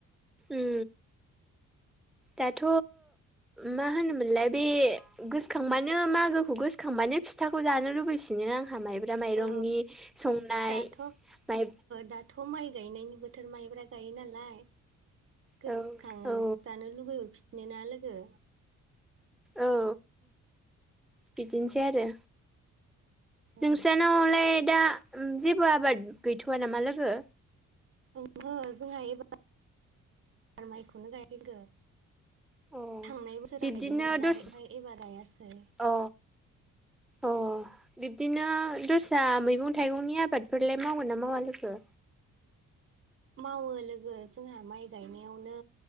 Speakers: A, in the centre; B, on the right (about 45°).
A: ओ दाथ' मा होनोमोनलाय बे गोसोखांबानो मागोखौ गोसोखांबानो नो फिथाखौ जानो लुबैफिनो आंहा माइब्रा माइरंनि
B: औ
A: संनाय
B: दाथ'
A: माइ
B: दाथ' माइ गायनायनि बोथोर माइब्रा गायो नालाय गोसोखाङो
A: औ औ
B: जानो लुबैहरफिनो ना लोगो
A: औ बिदिनोसै आरो
B: औ
A: नोंसानावलाय दा जेबो आबाद गैथ'वा नामा लोगो
B: ओंहो जोंहा एबार <unintelligible> माइखौनो गाया लोगो
A: अ
B: थांनाय बोसोराव
A: बिब्दिनो
B: गायदोंमोन नालाय
A: दस
B: ओमफ्राय एबार गायासै
A: अ अ बिब्दिनो दस्रा मैगं थाइगंनि आबादफोरलाय मावोना मावा लोगो
B: मावो लोगो जोंहा माइ गायनायावनो